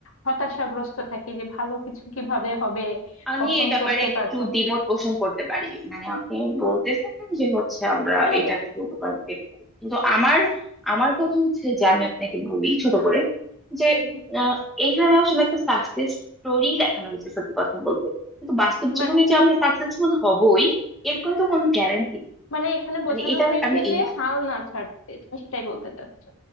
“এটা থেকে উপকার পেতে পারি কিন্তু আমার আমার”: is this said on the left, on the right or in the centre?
Centre